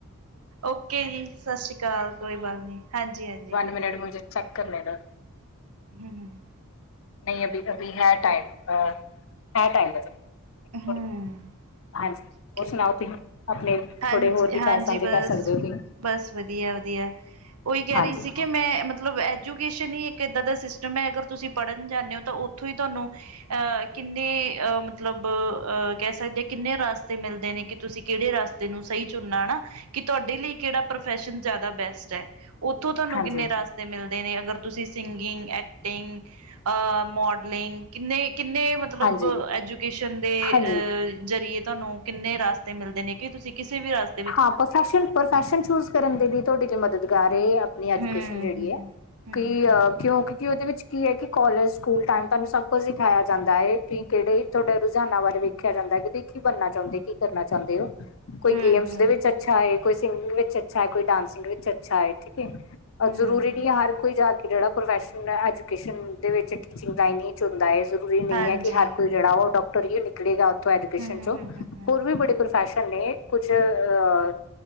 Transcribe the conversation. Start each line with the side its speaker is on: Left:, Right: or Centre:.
Right: ਓਕੇ ਜੀ ਸਸਰੀ ਕਾਲ। ਕੋਈ ਗੱਲ ਨੀ ਹਾਂਜੀ -ਹਾਂਜੀ।
Left: <unintelligible> ਚੱਕਰ ਨੇ ਏਦਾਂ।
Right: <inaudible>
Left: ਨਹੀਂ ਅਭੀ ਅਭੀ ਹੈ ਟਾਈਮ। ਆ ਹੈ ਟਾਈਮ। ਇੱਕ
Right: ਹਮ
Left: ਥੋੜੀ- ਹਾਂਜੀ
Right: ਓਕੇ
Left: ਹੋਰ ਸੁਣਾਓ ਤੁਸੀਂ ਆਪਣੇ-
Right: ਹਾਂਜੀ
Left: ਥੋੜੇ ਹੋਰ ਵਿਚਾਰ
Right: ਹਾਂਜੀ
Left: ਸਾਂਝੇ
Right: ਵਧ-
Left: ਕਰ ਸਕਦੇ ਹੋ ਤੁਸੀਂ
Right: ਬਸ ਵਧੀਆ ਵਧੀਆ ਓਈ ਕਹਿ
Left: ਹਾਂਜੀ
Right: ਰਹੀ ਸੀ ਕਿ ਮੈਂ ਮਤਲਬ ਐਜੂ- ਐਜੂਕੇਸ਼ਨ ਈ ਇੱਕ ਏਦਾਂ ਦਾ ਸਿਸਟਮ ਐ। ਅਗਰ ਤੁਸੀਂ ਪੜ੍ਹਨ ਜਾਂਦੇ ਓ ਤਾਂ ਓਥੋਂ ਈ ਤਾਨੂੰ- ਅਹ ਕਿੰਨੇ ਅਹ ਮਤਲਬ ਅਹ ਕਹਿ ਸਕਦੇ, ਕਿੰਨੇ ਰਾਸਤੇ ਮਿਲਦੇ ਨੇ ਕਿ ਤੁਸੀਂ ਕੇੜੇ ਰਾਸਤੇ- ਤੇਨੂੰ ਸਈ ਚੁਣਨਾ ਨਾ ਕੀ ਤੁਆਡੇ ਲਈ ਕੇੜਾ ਪ੍ਰੋਫੈਸ਼ਨ ਜਾਦਾ ਬੈਸਟ ਐ। ਓਥੋਂ ਤਾਨੂੰ
Left: ਹਾਂਜੀ
Right: ਕਿੰਨੇ ਰਾਸਤੇ ਮਿਲਦੇ ਨੇ। ਅਗਰ ਤੁਸੀਂ ਸਿੰਗਿੰਗ, ਐਕਟਿੰਗ- ਅ ਮੋਡਲਿੰਗ। ਕਿੰਨੇ- ਕਿੰਨੇ ਮਤ- ਮਤਲਬ
Left: ਹਾਂਜੀ
Right: ਐਜੂਕੇਸ਼ਨ ਦੇ
Left: ਹਾਂਜੀ
Right: ਅ ਜ਼ਰੀਏ ਤੁਆਨੂੰ ਕਿੰਨੇ ਰਾਸਤੇ ਮਿਲਦੇ ਨੇ ਕੀ ਤੁਸੀਂ- ਕਿਸੇ ਵੀ ਰਾਸਤੇ-
Left: ਹਾਂ ਪ੍ਰਫੈਸ਼ਨ ਪ੍ਰਫੈਸ਼ਨ ਚੂਜ਼- ਕਰਨ ਦੇ ਵੀ ਤੁਆਡੀ ਕੀ ਮਦਦਗਾਰ ਏ। ਆਪਣੀ ਐਜੂਕੇਸ਼ਨ
Right: ਹੂੰ,
Left: ਜੇੜੀ
Right: ਹੂੰ,
Left: ਏ
Right: ਹੂੰ, ਹੂੰ,
Left: ਕੀ
Right: ਹੂੰ,
Left: ਕਿਉਂਕਿ ਕੀ ਓਦੇ ਵਿੱਚ- ਕੀ ਐ ਕੀ ਕੋਲਜ, ਸਕੂਲ ਟਾਈਮ ਤਾਨੂੰ ਸਭ ਕੁੱਝ ਸਿਖਾਇਆ ਜਾਂਦਾ ਏ ਕੀ ਕੇੜੇ ਤੁਆਡੇ ਰੁਝਾਨਾਂ ਬਾਰੇ ਵੇਖਿਆ ਜਾਂਦਾ ਐ ਕਿ ਤੁ- ਕੀ ਬਣਨਾ ਚਾਹੁੰਦੇ? ਕੀ ਕਰਨਾ ਚਾਹੁੰਦੇ ਓ? ਕੋਈ
Right: ਹੂੰ,
Left: ਗੇਮਸ-
Right: ਹੂੰ,
Left: ਵਿਚ ਅੱਛਾ ਏ। ਕੋਈ ਸਿੰਗਿੰਗ ਵਿੱਚ ਅੱਛਾ ਏ। ਕੋਈ ਡਾਂਸਿੰਗ ਵਿੱਚ ਅੱਛਾ ਐ। ਠੀਕ ਏ। ਔਰ
Right: ਹੂੰ।
Left: ਜ਼ਰੂਰੀ ਨੀ ਆ ਹਰ ਕੋਈ ਜਾ ਕੇ ਜੇੜਾ ਪ੍ਰੋਫੈਸ਼ਨ, ਐਜੂਕੇਸ਼ਨ ਦੇ ਵਿੱਚ ਟੀਚਿੰਗ ਲਾਈਨ ਈ- 'ਚ ਹੁੰਦਾ ਹੈ ਜ਼ਰੂਰੀ ਨੀ
Right: ਹਾਂਜੀ,
Left: ਐ ਕਿ ਹਰ ਕੋਈ ਜੇੜਾ ਓ ਡਾਕਟਰ ਹੀ ਨਿਕਲੇਗਾ ਓਥੋਂ ਐਜੂਕੇਸ਼ਨ
Right: ਹੂੰ, ਹੂੰ,
Left: 'ਚੌਂ।
Right: ਹੂੰ, ਹੂੰ, ਹੂੰ,
Left: ਹੋਰ ਵੀ ਬੜੇ ਪ੍ਰਫੈਸ਼ਨ ਨੇ। ਕੁਛ ਅ ਅ-